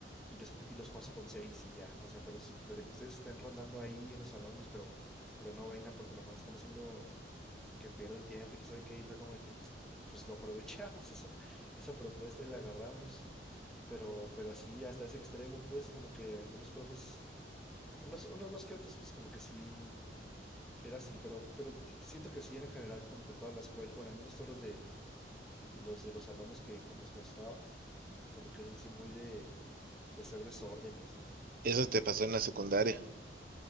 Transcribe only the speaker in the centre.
y, les, y los paso con seis y ya. O sea, pero si, de que ustedes estén rondando ahí en los salones, pero, pero no vengan porque nomás están haciendo que pierda el tiempo y que sabe qué y fue como de que pues lo aprovechamos <laughs> esa, esa propuesta y la agarramos. Pero, pero así hasta ese extremo, pues como que algunos profes, unos, unos más que otros, pues como que sí, era así, pero, pero siento que sí era en general como que toda la escuela, bueno, al menos todos los de, de los de los salones que con los que estaba, como que eran así muy de, de hacer desorden y así.